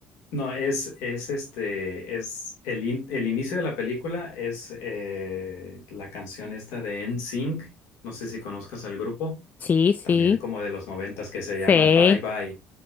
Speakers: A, on the left; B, on the left.
A: No, es, es este, es el, in- el inicio de la película es eh, la canción esta de NSYNC. No sé si conozcas al grupo,
B: Sí, sí.
A: también como de los noventas, que se
B: Sí,
A: llama Bye Bye.